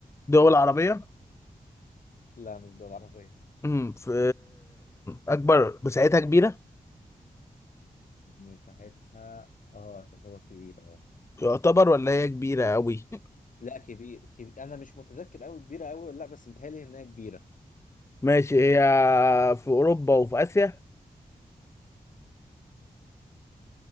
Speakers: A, on the left; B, on the left.
A: دول عربية
B: لا مش دول عربية
A: امم في اكبر مساحتها كبيرة
B: مساحتها اه تعتبر كبيرة اه
A: يعتبر ولا هي كبيرة قوي
B: لا كبير, كبير انا مش متذكر قوي كبيره قوي لا بس متهيألي انها كبيره
A: ماشي هي في اوروبا وفي اسيا